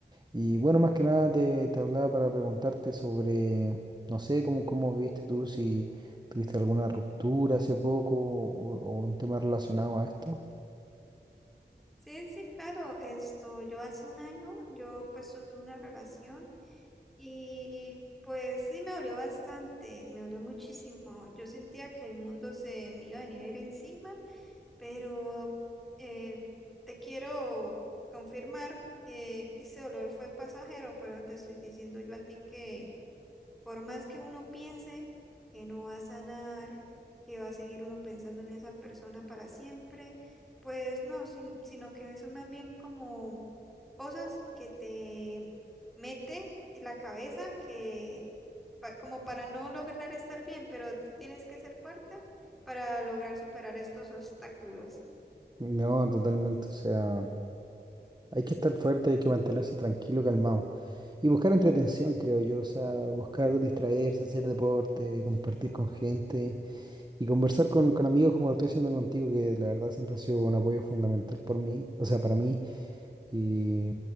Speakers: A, on the right; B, in the centre.
A: Y bueno, más que nada te, te hablaba para preguntarte sobre, no sé, cómo, cómo viste tú, si tuviste alguna ruptura hace poco o, o un tema relacionado a esto.
B: Sí, sí, claro, esto, yo hace un año, yo pues tuve una relación. Y pues sí me dolió bastante, me dolió muchísimo. Yo sentía que el mundo se me iba a venir encima, pero eh, te quiero confirmar que ese dolor fue pasajero, pero te estoy diciendo yo a ti que por más que uno piense que no va a sanar, que va a seguir uno pensando en esa persona para siempre, pues no, sin- sino que son más bien como cosas que te mete en la cabeza que pa- como para no lograr estar bien, pero tú tienes que ser fuerte para lograr superar estos obstáculos.
A: No, totalmente, o sea, hay que estar fuerte, hay que mantenerse tranquilo, calmado. Y buscar entretención, creo yo, o sea, buscar distraerse, hacer deporte, compartir con gente. Y conversar con, con amigos como lo estoy haciendo contigo, que la verdad siempre ha sido un apoyo fundamental por mí, o sea, para mí. Y,